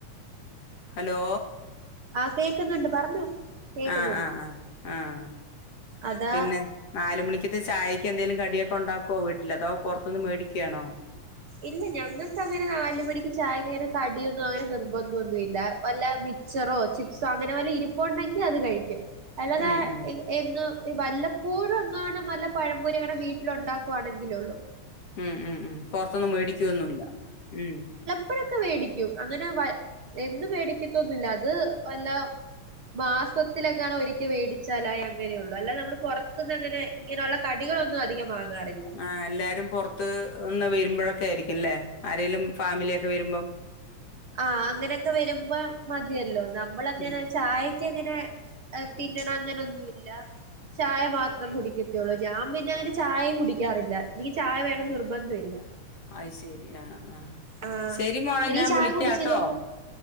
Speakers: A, on the left (about 55°); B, on the right (about 50°).
A: ഹലോ
B: ആഹ് കേക്കുന്നുണ്ട് പറഞ്ഞോ കേക്കുന്നുണ്ട്
A: ആഹ് ആഹ് ആഹ് ആഹ്
B: അതാ
A: പിന്നെ നാല് മണിക്കത്ത ചായക്ക് എന്തേലും കടിയൊക്കെ ഉണ്ടാക്കുവോ വീട്ടില് അതോ പുറത്തൂന്ന് മേടിക്കാണോ
B: ഇല്ല ഞങ്ങക്കങ്ങനെ നാല് മണിക്ക് ചായക്കനെ കടിയൊന്നും അങ്ങനെ നിർബന്ധൊന്നുല്ല വല്ല മി മിച്ചറോ ചിപ്സോ അങ്ങനെ വല്ല ഇരിപ്പൊണ്ടെങ്കി അത് കഴിക്കും അല്ലാതെ
A: ഉം ഉം
B: എന്ന് വല്ലപ്പോഴും എങ്ങാണം നല്ല പഴംപൊരി അങ്ങനെ വീട്ടിൽ ഉണ്ടാക്കുവാണെങ്കിലേ ഉള്ളു
A: ഉം ഉം ഉം പുറത്തൊന്നും മേടിക്കുവൊന്നുല്ല ഉം
B: പ്പഴൊക്കെ മേടിക്കും അങ്ങനെ വ എന്നും മേടിക്കത്തൊന്നുല്ല അത് വല്ല മാസത്തിലെങ്ങാണോ ഒരിക്കൽ മേടിച്ചാലയ് അങ്ങനെയുള്ളൂ അല്ലാതെ നമ്മള് പുറത്തുന്ന് അങ്ങനെ ഇങ്ങനെയുള്ള കടികളൊന്നും അധികം വാങ്ങാറില്ല
A: ആ എല്ലാരും പുറത്ത് ഒന്ന് വരുമ്പോഴൊക്കെ ആയിരിക്കുല്ലേ ആരെലും ഫാമിലിയൊക്കെ വരുമ്പം
B: ആഹ് അങ്ങനെയൊക്കെ വരുമ്പോ മതിയല്ലോ നമ്മളങ്ങനെ
A: ഉം
B: ചായ ക്കങ്ങനെ തിന്നണം അങ്ങനൊന്നുല്ല. ചായ മാത്രം കുടിക്കത്തേള്ളൂ ഞാൻ പിന്നെ അങ്ങനെ ചായയും കുടിക്കാറില്ല എനിക്ക് ചായ വേണം നിർബന്ധം ഇല്ല
A: അയ് ശരി ആഹ് ആഹ്
B: ആഹ്
A: ശരി മോളെ
B: എനിക്ക്
A: ഞാൻ
B: ചായ
A: വിളിക്കാട്ടോ
B: കുടിച്ചില്ലെങ്കിൽ